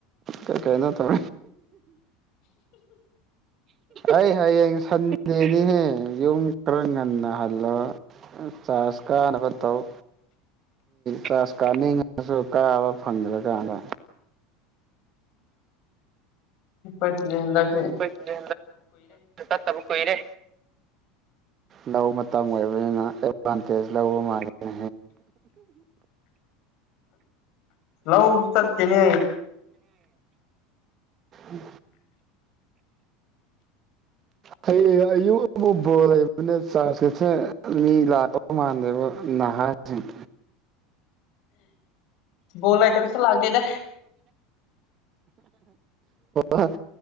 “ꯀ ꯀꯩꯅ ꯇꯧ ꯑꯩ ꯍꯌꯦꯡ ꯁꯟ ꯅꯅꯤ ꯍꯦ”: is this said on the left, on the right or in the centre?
Right